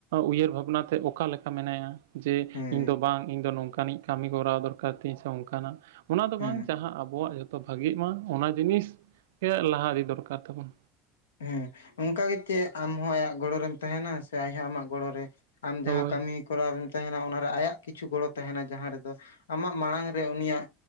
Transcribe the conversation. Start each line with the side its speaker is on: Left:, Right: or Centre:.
Right: ᱩᱭᱦᱟᱹᱨ ᱵᱷᱟᱵᱽᱱᱟᱛᱮ ᱚᱠᱟ ᱞᱮᱠᱟ ᱢᱮᱱᱟᱭᱟ ᱡᱮ
Left: ᱦᱮᱸ
Right: ᱤᱧ ᱫᱚ ᱵᱟᱝ ᱤᱧ ᱫᱚ ᱱᱚᱝᱠᱟᱱᱤᱡ ᱠᱟᱹᱢᱤ ᱠᱚᱨᱟᱣ ᱫᱚᱨᱠᱟᱨ᱾ ᱠᱟᱴᱤᱡ ᱥᱮ ᱚᱝᱠᱟ ᱱᱟᱜ ᱚᱱᱟ ᱫᱚ
Left: ᱦᱮᱸ
Right: ᱵᱟᱝ ᱡᱟᱦᱟᱸ ᱟᱵᱚᱣᱟᱜ ᱡᱷᱚᱛᱚ ᱵᱷᱟᱹᱜᱤᱜ ᱢᱟ ᱚᱱᱟ ᱡᱤᱱᱤᱥ ᱞᱟᱦᱟ ᱟᱹᱰᱤ ᱫᱚᱨᱠᱟᱨ ᱛᱟᱵᱚᱱ᱾
Left: ᱦᱮᱸ ᱚᱱᱠᱟ ᱜᱮᱛ ᱟᱢᱦᱚᱸ ᱟᱭᱟᱜ ᱜᱚᱲᱚ ᱨᱮᱢ ᱛᱟᱦᱮᱱᱟ, ᱥᱮ ᱟᱡ ᱦᱚ ᱟᱢᱟᱜ ᱜᱚᱲᱚ ᱨᱮ ᱟᱢ ᱡᱟᱦᱟᱸ
Right: ᱦᱳᱭ
Left: ᱠᱟᱹᱢᱤ ᱠᱚᱨᱟᱣ ᱛᱟᱦᱮᱱᱟ ᱚᱱᱟᱨᱮ ᱟᱭᱟᱜ ᱠᱤᱪᱷᱩ ᱜᱚᱲᱚ ᱛᱟᱦᱮᱱᱟ ᱡᱟᱦᱟᱸ ᱨᱮᱫᱚ ᱟᱢᱟᱜ ᱢᱟᱲᱟᱝ ᱨᱮ ᱩᱱᱤᱭᱟᱜ